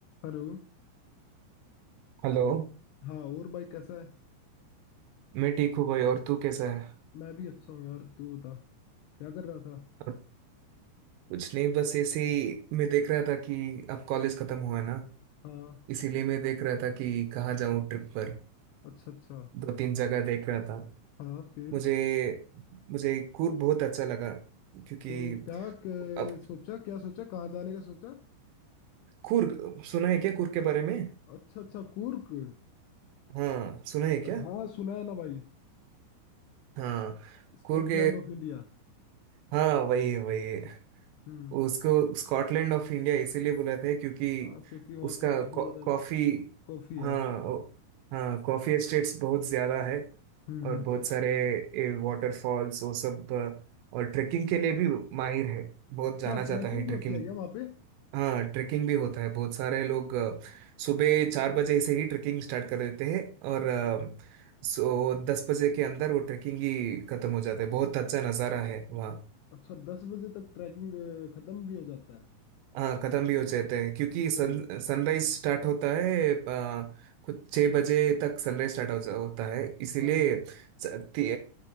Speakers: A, on the left; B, on the right.
A: Hello
B: हेलो
A: हाँ और भाई कैसा है
B: मैं ठीक हूँ भाई और तू कैसा है
A: मैं भी अच्छा हूँ यार तू बता क्या कर रहा था
B: और कुछ नहीं बस ऐसे ही मैं देख रहा था कि अब कॉलेज खत्म हुआ है ना
A: हाँ
B: इसीलिए मैं देख रहा था कि कहाँ जाऊँ ट्रिप पर
A: अच्छा अच्छा
B: दो तीन जगह देख रहा था
A: हाँ फिर
B: मुझे मुझे कूर्ग बहुत अच्छा लगा क्योंकि
A: तो क्या क-
B: अब
A: सोचा क्या सोचा कहाँ जाने का सोचा
B: कूर्ग सुना है क्या कूर्ग के बारे में
A: अच्छा अच्छा कूर्क
B: हाँ सुना है क्या
A: हाँ सुना है ना भाई
B: हाँ
A: Scotland
B: कूर्ग
A: of India
B: हाँ वही है, वही है।
A: हम्म
B: उसको स्कॉटलैंड ऑफ इंडिया इसीलिए बुलाते हैं क्योंकि
A: हाँ, क्योंकि वहाँ
B: उसका
A: पे काफी
B: कॉफी
A: ज्यादा कॉफी है
B: हाँ
A: हाँ
B: ओ- हाँ कॉफी एस्टेट्स बहुत ज्यादा है
A: हम्म
B: और
A: हम्म
B: बहुत
A: हम्म।
B: सारे वाटरफॉल्स वो सब अ, और ट्रेकिंग के लिए भी माहिर है बहुत
A: अच्छा
B: जाना जाता
A: ट्रैकिंग
B: है ट्रेकिंग
A: भी होती है क्या वहाँ पे
B: हाँ ट्रेकिंग भी होता है बहुत सारे लोग अ, सुबह चार बजे से ही ट्रेकिंग स्टार्ट कर देते हैं और अ, सो दस बजे के अंदर वो ट्रेकिंग ही खत्म हो जाता है बहुत अच्छा नज़ारा है वहाँ।
A: अच्छा दस बजे तक ट्रैकिंग अ, खत्म भी हो जाता है
B: हाँ खत्म भी हो जाते हैं क्योंकि सन
A: भाई
B: सनराइज स्टार्ट होता है आ, कुछ छः बजे तक सनराइज स्टार्ट हो, जा- होता है इसीलिए
A: हाँ हाँ
B: च- ती-